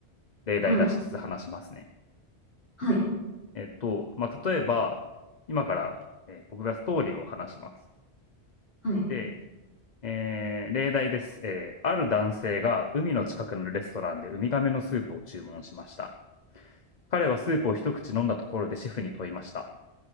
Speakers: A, on the left; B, on the left.
A: 例題出しつつ話しますね。
B: はい。はい。
A: えっと、まあ、例えば、今から、えー僕がストーリーを話します。
B: はい。
A: で、えー例題です、えーある男性が海の近くのレストランでウミガメのスープを注文しました彼はスープを一口飲んだところでシェフに問いました